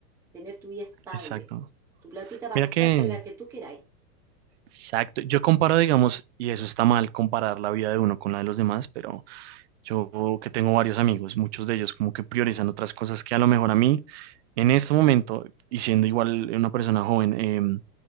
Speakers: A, in the centre; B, on the right.
A: tener tu vida estable,
B: Exacto.
A: tu platita para
B: Mira
A: gastarte
B: que,
A: en la que tú queráis.
B: exacto, yo comparo, digamos, y eso está mal, comparar la vida de uno con la de los demás, pero yo que tengo varios amigos, muchos de ellos como que priorizan otras cosas que a lo mejor a mí, en este momento, y siendo igual una persona joven, em,